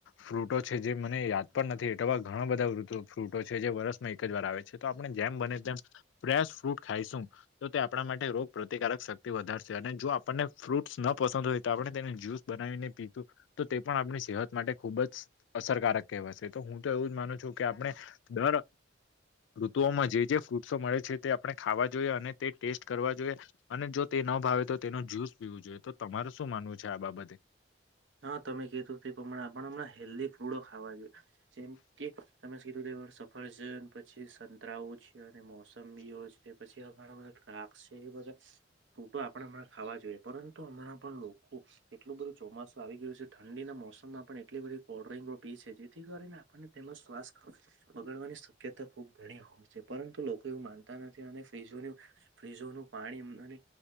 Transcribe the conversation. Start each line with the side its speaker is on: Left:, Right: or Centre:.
Left: ફ્રૂટો છે જે મને યાદ પણ નથી એટવા ઘણા બધા ફ્રૂટો છે જે વર્ષમાં એક જ વાર આવે છે તો આપણે જેમ બને તેમ ફ્રેશ ફ્રૂટ ખાઈશું તો તે આપણા માટે રોગ પ્ર્રતિકારક શક્તિ વધારશે અને જો આપણને ફ્રૂટ્સ ન પસંદ હોય તો આપણે તેની જ્યુસ બનાવીને પીતું તો તે પણ આપણી સેહત માટે ખૂબ જ અસરકારક કહેવાશે તો હું તો એવું જ માનું છું કે આપણે દર ઋતુઓમાં જે જે ફ્રૂટ્સો મળે છે તે આપણે ખાવા જોઈએ અને તે ટેસ્ટ કરવા જોઈએ અને જો તે ન ભાવે તો તેનો જ્યુસ પીવું જોઈએ તો તમારે શું માનવું છે આ બાબતે
Right: હા તમે ક તું તે પ્રમાણે આપણ હમં હેલ્ધ ફૂડો ખાવા જોએ જેમ કે તમે કીધું ફર્જન, પછી સંતરાઓ છે અને મોસંબીઓ છે, પછી ઘણા બધા ટ્રાક છે, એ બધા ફ્રૂટો આપણે હમણાં ખાવા જોઈએ, પરંતુ હમણાં પણ લોકો કો એટલું બધું ચોમાસું આવી ગયું છે. ઠંડીના મોસમમાં પણ એટલી બધી કોલ્ડ્રિંગ રો પી છે જેથી કરીને આપણને તેમાં શ્વાસ કફ બગડવાની શક્યતા ખુબ ઘણી હોય છે, પરંતુ લોકો એવું માનતા નથી અને ફ્રીજોની ફ્રીજોનું પાણી